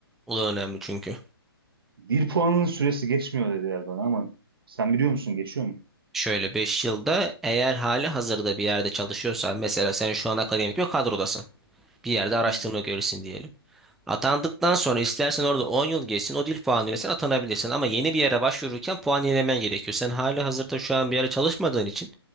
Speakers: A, in the centre; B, on the right (about 65°).
A: O da önemli çünkü.
B: Dil puanının süresi geçmiyor dediler bana ama sen biliyor musun geçiyor mu?
A: Şöyle 5 yılda eğer hali hazırda bir yerde çalışıyorsan mesela sen şu an akademik bir kadrodasın. Bir yerde araştırma
B: Hmm.
A: görevlisin diyelim. Atandıktan sonra istersen orada 10 yıl geçsin o dil puanıyla sen atanabilirsin. Ama yeni bir yere başvururken puan yenilemen gerekiyor. Sen hali hazırda şu an bir yere çalışmadığın için